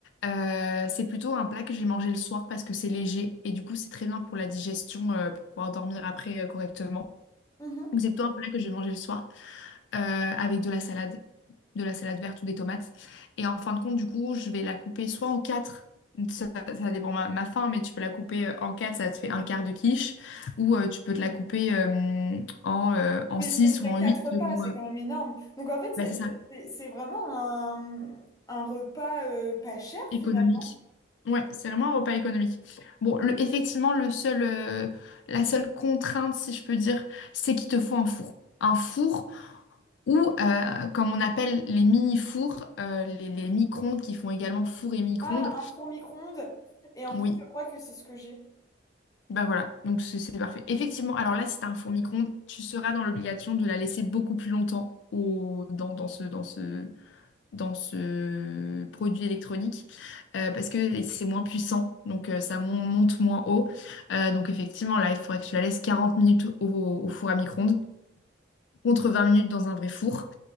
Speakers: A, on the left; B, on the left.
A: euh, c'est plutôt un plat que je vais manger le soir parce que c'est léger et du coup c'est très bien pour la digestion, euh, pour pouvoir dormir après euh, correctement.
B: Mhm.
A: Donc c'est plutôt un plat que je vais manger le soir euh, avec de la salade. de la salade verte ou des tomates. Et en fin de compte, du coup, je vais la couper soit en quatre, ça, ça dépend ma, ma faim, mais tu peux la couper euh, en quatre, ça te fait un quart de quiche, ou euh, tu peux te la couper euh, en, euh, en
B: Mais
A: six
B: ce qui me ferait
A: ou en
B: quatre
A: huit,
B: repas,
A: selon,
B: c'est
A: euh,
B: quand même énorme. Donc en fait, c'est
A: bah, c'est
B: c'est-
A: ça,
B: c'est- c'est vraiment un, un repas euh, pas cher,
A: économique.
B: finalement.
A: Ouais, c'est vraiment un repas économique. Bon, le, effectivement, le seul, euh, la seule contrainte, si je peux dire, c'est qu'il te faut un four. Un four ou, euh, comme on appelle les mini-fours, euh, les, les micro-ondes qui font également four et micro-ondes.
B: Ah, un four micro-ondes. Et en
A: Oui.
B: plus, je crois que c'est ce que j'ai.
A: Bah voilà, donc c'est c'est parfait. Effectivement, alors là, si t'as un four micro-ondes, tu seras dans l'obligation de la laisser beaucoup plus longtemps au, dans, dans ce, dans ce, dans ce produit électronique euh, parce que c'est moins puissant, donc euh, ça mon- monte moins haut. Euh, donc effectivement, là, il faudrait que tu la laisses 40 minutes au, au four à micro-ondes contre 20 minutes dans un vrai four.